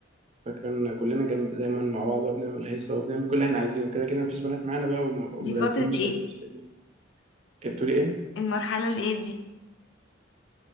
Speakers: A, on the right (about 35°); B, on the left (about 65°).
A: فكان كلنا جنب دايما مع بعض بقى بنعمل هيصه وبنعمل كل اللي احنا عايزينه كده كده مفيش بنات معانا بقى وم- والمدرسين
B: دي فترة
A: مش
B: ايه
A: هيبقوا مش هيبقوا- إيه، بتقولي ايه
B: المرحلة الايه دي